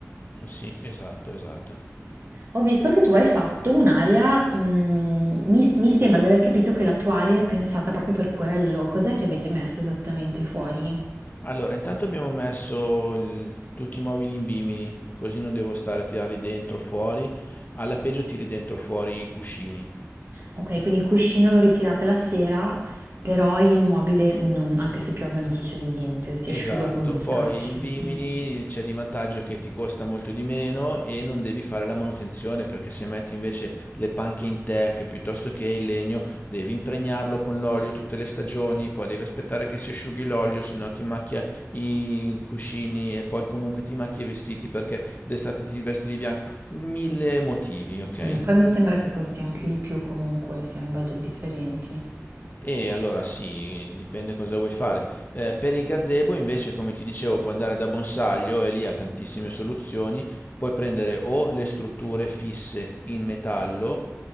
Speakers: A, on the left; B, on the right.
A: Sì, esatto, esatto.
B: Ho visto che tu hai fatto un'area, mm, mi, mi sembra di aver capito che la tua area è pensata proprio per quello, cos'è che avete messo esattamente fuori?
A: Allora, intanto abbiamo messo il- tutti i mobili in bimini, così non devo stare a tirarli dentro, fuori. Alla peggio tiri dentro fuori i cuscini.
B: Okay, quindi il cuscino lo ritirate la sera, però il mobile non anche se piove non succede niente, si
A: Esatto,
B: asciuga con uno straccio.
A: poi in Bimini
B: Mh,
A: c'è di vantaggio che ti costa molto di meno e non devi fare la manutenzione perché se metti invece le panche in teak piuttosto che il legno devi impregnarlo con l'olio tutte le stagioni, poi devi aspettare che si asciughi l'olio, se no ti macchia i cuscini e poi comunque ti macchia i vestiti perché d'estate ti vesti di bianco, mille motivi, ok?
B: mh. Poi mi sembra che costi anche di più comunque, sia in budget differenti.
A: E allora sì, dipende cosa vuoi fare. Eh, per il gazebo invece, come ti dicevo, puoi andare da Bonsaglio e lì ha tantissime soluzioni. Puoi prendere o le strutture fisse in metallo,